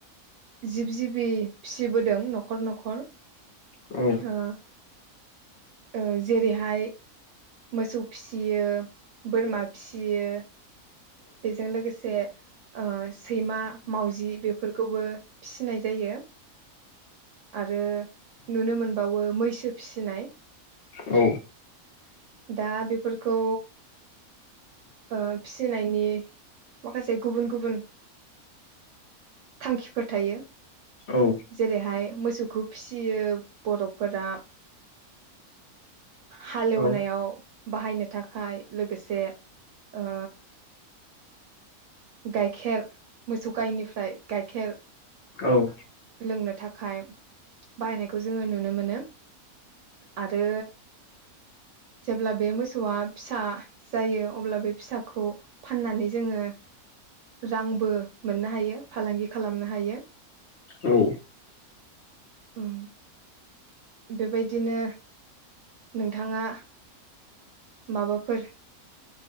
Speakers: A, on the right; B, on the left.
A: जिब जिबि फिसिबोदों नखर नखर
B: औ
A: ओ ओ जेरैहाय मोसौ फिसियो। बोरमा फिसियो। बेजों लोगोसे। ओ। सैमा मावजि बेफोर। खौबो फिसिनाय जायो। आरो नुनो मोनबावो मैसो फिसिनाय।
B: औ
A: दा बे। फोरखौ ओ फिसिनायनि माखासे गुबुन गुबुन थांखिफोर थायो।
B: औ।
A: जेरैहाय मोसौखौ फिसियो बर' गथफोरा। हालेवनायाव
B: औ
A: बाहायनो थाखाय लोगोसे ओ। गाइखेर मोसौ गायनिफ्राय गाइखेर
B: औ औ
A: लोंनो। थाखाय बायनायखौ जोङो नुनो मोनो आरो जेब्ला बे मोसौआ फिसा जायो अब्ला बे फिसाखौ फाननानै जोङो रांबो मोननो हायो फालांगि खालामनो हायो
B: औ।
A: ओम। बेबायदिनो। नोंथाङा। माबाफोर।